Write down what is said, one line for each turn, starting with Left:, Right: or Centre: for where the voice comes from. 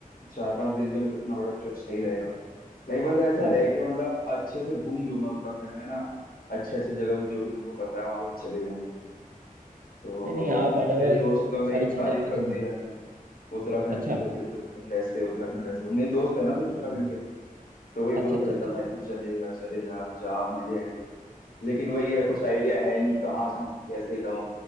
Left: चार पांच दिन के लिए तो इतना बड़ा ट्रिप सही रहेगा लाइक बस ऐसा
Right: हाँ
Left: रहे कि मतलब अच्छे से घूम लूँ मैं उत्तराखंड में ना अच्छे अच्छे जगह भी जो भी तुमको पता है वहाँ पे मैं चले जाऊँ तो
Right: नहीं नहीं आप आ जाओ
Left: मेरे दोस्त
Right: एक
Left: लोग लाइक
Right: सारी चीजें
Left: तारीफ
Right: आपको
Left: करते
Right: घुमा
Left: ही रहते हैं उत्तराखंड
Right: अच्छा
Left: की तो कि उत्तराखंड ऐसे उत्तराखंड वैसे मेरे दोस्त है ना कुछ उत्तराखंड
Right: हम्म,
Left: के तो वही
Right: अच्छा
Left: बोलते
Right: अच्छा
Left: रहता
Right: अच्छा
Left: है, भाई तू चले जा चले जा जा मजे आएंगे लेकिन वही है कुछ आइडिया है नहीं कहाँ जाऊँ कैसे जाऊँ